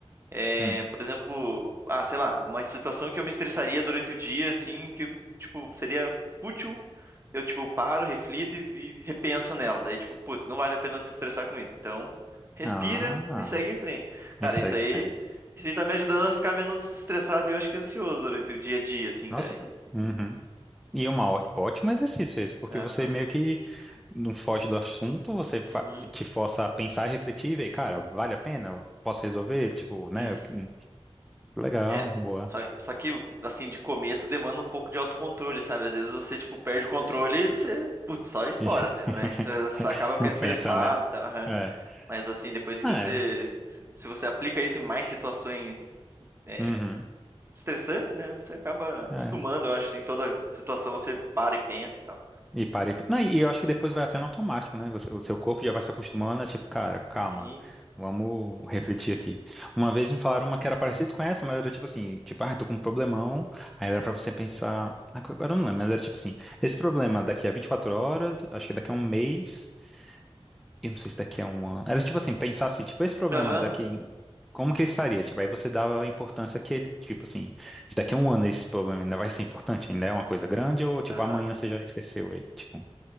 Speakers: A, on the right; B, in the centre.
A: É,
B: Hum.
A: por exemplo, ah, sei lá, uma situação que eu me estressaria durante o dia, assim, que, tipo, seria útil. Eu, tipo, paro, reflito e, e repenso nela. Daí, tipo, putz, não vale a pena se estressar com isso. Então, respira
B: Ah,
A: e segue em frente. Cara,
B: e segue
A: isso aí,
B: em frente.
A: isso aí tá me ajudando a ficar menos estressado e eu acho que ansioso durante o dia a dia, assim,
B: Nossa.
A: cara. E-
B: Uhum. E é um ó- ótimo exercício esse, porque
A: Aham.
B: você meio que não foge do assunto, você
A: Uhum.
B: fa- te força a pensar e refletir e ver, cara, vale a pena? Eu Posso resolver? Tipo, né?
A: Isso.
B: eu- hum, Legal,
A: É,
B: boa.
A: só, só que, assim, de começo demanda um pouco de autocontrole, sabe? Às vezes você, tipo, perde o controle e você, putz, só estoura,
B: <laughs>
A: né? Mas eh, você acaba ficando
B: Não pensa,
A: estressado
B: né?
A: e tal. aham.
B: É.
A: Mas, assim, depois que
B: É.
A: você. Se se você aplica isso em mais situações é,
B: Uhum.
A: estressantes, né? Você acaba acostumando,
B: é.
A: eu acho. Em toda situação você para e pensa e tal.
B: E parei. Não, e eu acho que depois vai até no automático, né? Você- o seu corpo já vai se acostumando, é tipo, cara, calma,
A: Sim.
B: vamos refletir aqui. Uma vez me falaram uma que era parecida com essa, mas era tipo assim, tipo, ah, tô com um problemão. Aí era pra você pensar. Agora eu não lembro, mas era tipo assim, esse problema é daqui a 24 horas, acho que é daqui a um mês, e não sei se daqui a um ano. Era tipo assim, pensar assim, tipo, esse problema
A: Aham,
B: é daqui. Como que ele estaria? Tipo, aí você dava a importância que ele, tipo assim, se daqui a um ano esse problema ainda vai ser importante, ainda é uma coisa grande, ou tipo,
A: aham,
B: amanhã você já esqueceu ele, tipo.